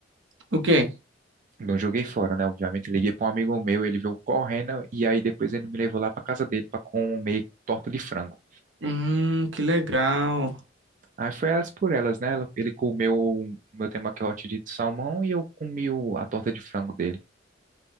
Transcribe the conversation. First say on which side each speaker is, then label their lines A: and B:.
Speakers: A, on the right (about 75°); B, on the right (about 45°).
A: O quê?
B: Não joguei fora, né? Obviamente, liguei pra um amigo meu, ele veio correndo e aí depois ele me levou lá pra casa dele pra comer torta de frango.
A: Hum, que legal.
B: Aí foi elas por elas, né? Ela- Ele comeu o meu temaki hot de salmão e eu comi o- a torta de frango dele.